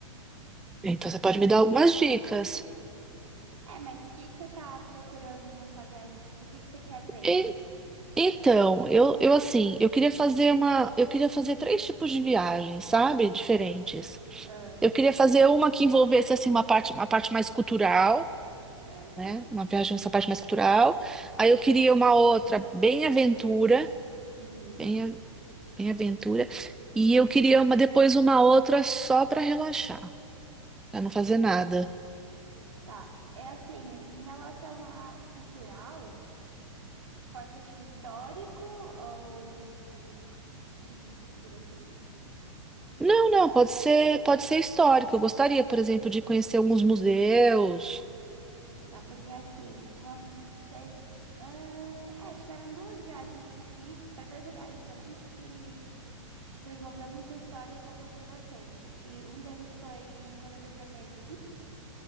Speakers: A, in the centre; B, on the right.
A: Então você pode me dar algumas dicas.
B: É, mas o que que você tá procurando na sua viagem? Tipo, o que que você quer ver?
A: E- então, eu, eu assim, eu queria fazer uma, eu queria fazer três tipos de viagens, sabe? Diferentes.
B: Ah,
A: Eu queria fazer uma que envolvesse assim uma parte, uma parte mais cultural,
B: certo.
A: né? Uma viagem nessa parte mais cultural. Aí eu queria uma outra bem aventura,
B: Uhum.
A: bem, a- bem aventura. E eu queria uma depois uma outra só para relaxar, para não fazer nada.
B: Tá. É assim, em relação a cultural, pode ser tipo histórico ou outro tipo de cultura, se diz.
A: Não, não, pode ser, pode ser histórico. Eu gostaria, por exemplo, de conhecer alguns museus,
B: Tá, porque assim, uma, um- teve, ah, é, tiveram duas viagens que eu fiz para dois lugares diferentes que Tipo, envolveu muita história que eu gostei bastante. Que um deles foi quando eu fui pra Berlim,